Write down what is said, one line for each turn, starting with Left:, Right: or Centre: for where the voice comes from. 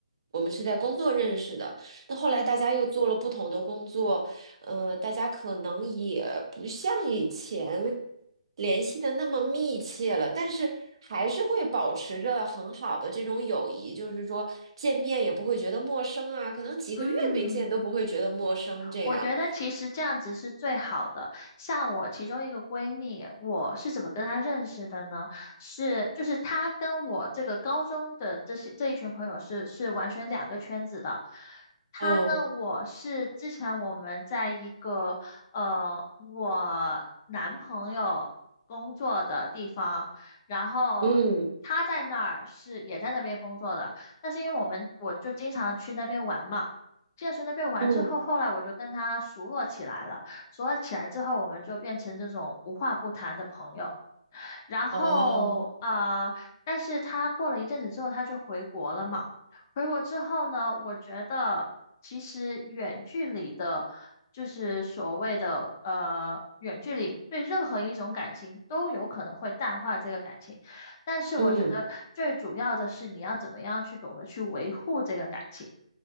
Right: 我们是在工作认识的，那后来大家又做了不同的工作，
Left: 嗯
Right: 呃，大家可能也不像以前联系的那么密切了，但是还是会保持着很好的这种友谊，就是说见面也不会觉得陌生啊，可能几个月没见都不会觉得陌生这样。
Left: 嗯。我觉得其实这样子是最好的。像我其中一个闺蜜，我是怎么跟她认识的呢？是就是她跟我这个高中的这些这一群朋友是是完全两个圈子的。她呢，
Right: 哦，
Left: 我是之前我们在一个呃我男朋友工作的地方，然后她在那儿是也在那边工作的，
Right: 嗯
Left: 但是因为我们我就经常去那边玩嘛。健身那边玩之后，
Right: 嗯
Left: 后来我就跟他熟络起来了。熟络起来之后，我们就变成这种无话不谈的朋友。然后呃，
Right: 哦，
Left: 但是他过了一阵子之后，他就回国了嘛。回国之后呢，我觉得其实远距离的，就是所谓的呃远距离，对任何一种感情都有可能会淡化这个感情。但是我觉得最主要的是你要怎么样去懂得去维护这个感情。
Right: 嗯，